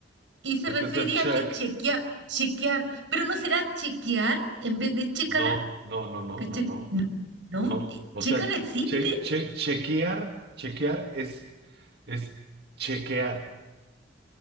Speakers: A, on the right (about 85°); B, on the right (about 60°).
A: Y se
B: pues
A: refería
B: es el check.
A: a que chequea, chequear, pero no será chequear en vez de chécala,
B: No, no, no, no,
A: ¿cachai?
B: no, no,
A: No, no,
B: no.
A: eh,
B: O
A: chécala
B: sea,
A: existe
B: che- che- chequear, chequear es, es chequear.